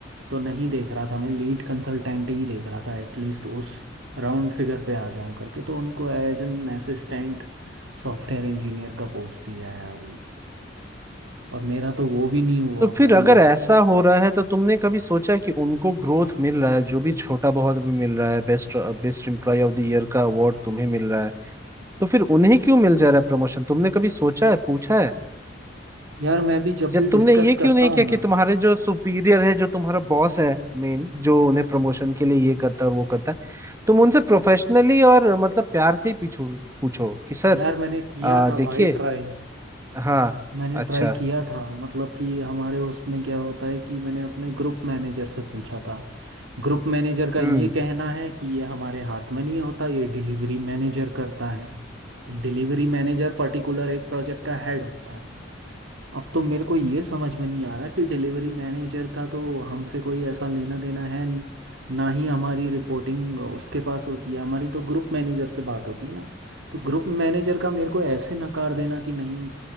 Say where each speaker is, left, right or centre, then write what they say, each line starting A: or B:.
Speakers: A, on the right; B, on the right.
A: तो नहीं देख रहा था मैं लीड कंसल्टेंट ही देख रहा था एटलीस्ट उस राउंड फिगर पे आ जाऊं करके तो उनको as an assistant software engineer का पोस्ट दिया है अभी और मेरा तो वो भी नहीं हुआ
B: तो
A: भाई
B: फिर अगर ऐसा हो रहा है तो तुमने कभी सोचा है कि उनको ग्रोथ मिल रहा है जो भी छोटा बहुत भी मिल रहा है best best employ of the year का अवार्ड तुम्हें मिल रहा है तो फिर उन्हें क्यों मिल जा रहा है प्रमोशन तुमने कभी सोचा है पूछा है
A: यार मैं भी जब
B: या
A: भी डिस्कस
B: तुमने ये क्यों
A: करता
B: नहीं किया
A: हूँ ना
B: कि तुम्हारे जो सुपीरियर है जो तुम्हारा बॉस है मेन जो उन्हें प्रमोशन के लिए ये करता है और वो करता है तुम उनसे प्रोफेशनली और मतलब प्यार से ही पूछो पूछो कि सर
A: यार मैंने किया
B: आ,
A: था
B: देखिए
A: भाई ट्राई
B: हाँ
A: मैंने
B: अच्छा
A: ट्राई किया था मतलब कि हमारे उसमें क्या होता है कि मैंने अपने ग्रुप मैनेजर से पूछा था ग्रुप मैनेजर का ये
B: हम्म
A: कहना है कि ये हमारे हाथ में नहीं होता ये डिलीवरी मैनेजर करता है डिलीवरी मैनेजर पर्टिकुलर एक प्रोजेक्ट का हेड होता है अब तो मेरे को ये समझ में नहीं आ रहा कि डिलीवरी मैनेजर का तो हमसे कोई ऐसा लेना देना है नहीं ना ही हमारी रिपोर्टिंग उसके पास होती है हमारी तो ग्रुप मैनेजर से बात होती है ना तो ग्रुप मैनेजर का मेरे को ऐसे नकार देना कि नहीं